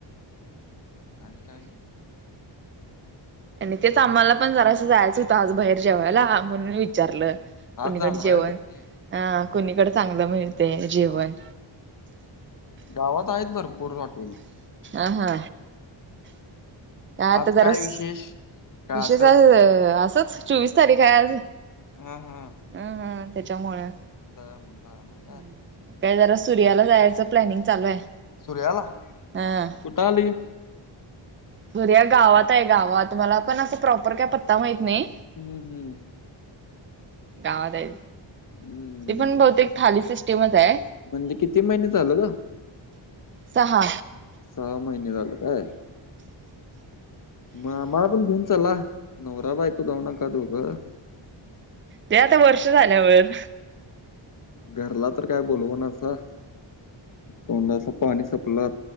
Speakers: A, on the left (about 40°); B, on the right (about 25°).
A: आणि काय?
B: आणि तेच आम्हाला पण जरासं जायचं होतं आज बाहेर जेवायला, म्हणून विचारलं? कुणीकडे
A: आज जाणार
B: जेवण,
A: आहे होय तुम्ही
B: अ कुणीकडे चांगलं मिळतंय जेवण?
A: हा. गावात आहेत भरपूर हॉटेल.
B: आ हा. काय आता
A: आज
B: जरास,
A: विशेष का
B: विषय
A: असंच
B: जरा असंच चोवीस तारीख आहे आज.
A: हा हा
B: अ हं त्याच्यामुळे.
A: का
B: <inaudible> या जरा सूर्याला जायचं प्लॅनिंग चालू आहे.
A: सुर्याला.
B: हा
A: कुठ आलं हे?
B: सूर्या गावात आहे गावात. मला पण अस प्रॉपर काय पत्ता माहित नाई.
A: हम्म हम्म
B: गावात आहे.
A: हम्म
B: ते पण बहुतेक थाली सिस्टीमच आहे
A: म्हणजे किती महिने झालं न..?
B: सहा
A: सहा महिने झाले काय? मग मला पण घेऊन चला. नवरा बायको जाऊ नका दोघं..
B: ते आता वर्ष झाल्यावर.
A: घरला तर काय बोलवनसा. तोंडाच पाणी संपलं